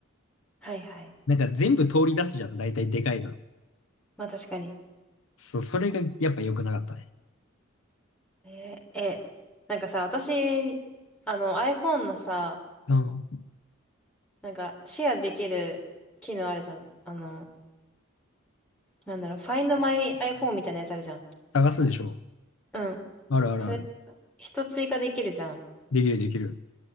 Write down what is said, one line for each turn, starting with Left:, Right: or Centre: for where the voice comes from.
Centre: はいはい。
Left: なんか全部通り出すじゃん。大体でかいの。
Centre: まあ確かに。
Left: そう、それがやっぱ良くなかったね。
Centre: えーえ、なんかさ、私、あの iPhone のさ、
Left: うん。
Centre: なんかシェアできる機能あるじゃん。あの、なんだろう、Find My iPhone みたいなやつあるじゃん。
Left: 探すでしょ。
Centre: うん。
Left: あるあるある。
Centre: それ、人追加できるじゃん。
Left: できるできる。